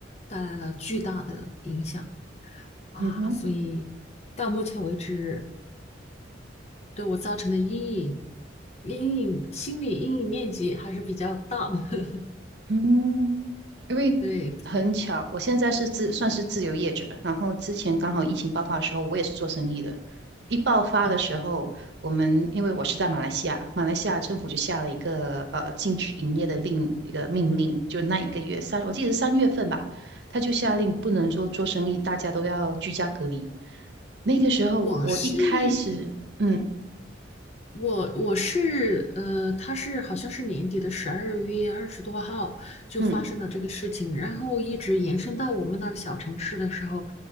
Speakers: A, on the left; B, on the right.
A: 带来了巨大的影响啊，
B: 嗯哼，
A: 所以到目前为止，对我造成的阴影，阴影，心理阴影面积还是比较大的。<laughs>
B: 嗯。因为
A: 对，
B: 很巧，我现在是自算是自由业者，然后之前刚好疫情爆发的时候，我也是做生意的。一爆发的时候，
A: 啊，
B: 我们因为我是在马来西亚，马来西亚政府就下了一个呃禁止营业的另一个命令，就那一个月三，我记得是三月份吧，他就下令不能说做生意，大家都要居家隔离。那个时候我一开始，
A: 我是。
B: 嗯
A: 我我是呃，他是好像是年底的十二月二十多号就发生了这个事情，
B: 嗯，
A: 然后一直延伸到我们那个小城市的时候，